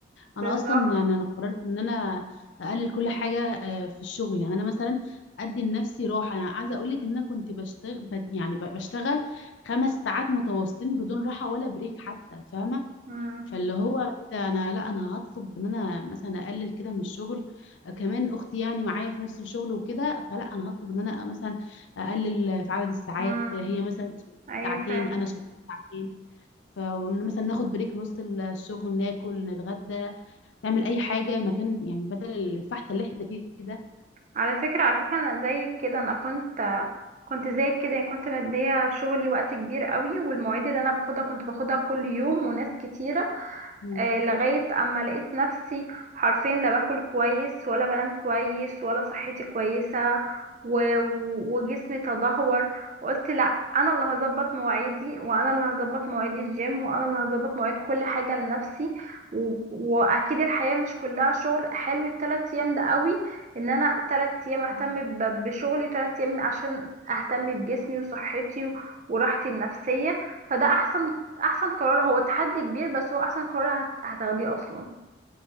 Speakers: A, on the right; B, on the left.
A: بالظبط
B: انا اصلا يعني انا قررت ان انا اقلل كل حاجه آه، في الشغل يعني انا مثلا ادي لنفسي راحه انا عايزه اقول لك ان انا كنت بشتغل يعني ب- بشتغل خمس ساعات متواصلين بدون راحه ولا بريك حتى فاهمه
A: امم
B: فاللي هو ايه ده انا لا انا هطلب ان انا مثلا اقلل كده من الشغل آه، كمان اختي يعني معايا في نفس الشغل وكده فلا انا هطلب ان انا مثلا اقلل في عدد الساعات
A: امم
B: هي مثلا شاركت
A: ايوه
B: ساعتين
A: فاهم
B: انا شاركت ساعتين فمثلا ناخد بريك في نص الشغل ناكل نتغدى نعمل اي حاجه مكان يعني بدل الفحت اللي احنا فيه ده
A: على فكرة على فكرة انا زيك كده انا كنت كنت زيك كده يعني كنت مدية شغلي وقت كبير قوي والمواعيد اللي انا باخدها كنت باخدها كل يوم وناس كتيرة
B: مم.
A: آه، لغاية اما لقيت نفسي حرفيا لا باكل كويس ولا بنام كويس ولا صحتي كويسة و... و- وجسمي تدهور قلت لا انا اللي هظبط مواعيدي وانا اللي هظبط مواعيد الجيم وانا اللي هظبط مواعيد كل حاجة لنفسي و... واكيد الحياة مش كلها شغل حلو التلات ايام ده قوي ان انا تلات ايام اهتم
B: مم.
A: ب... بشغلي وتلات ايام عشان اهتم بجسمي وصحتي و... وراحتي النفسية فده احسن احسن قرار هو تحدي كبير بس هو احسن قرار هت- هتاخديه اصلا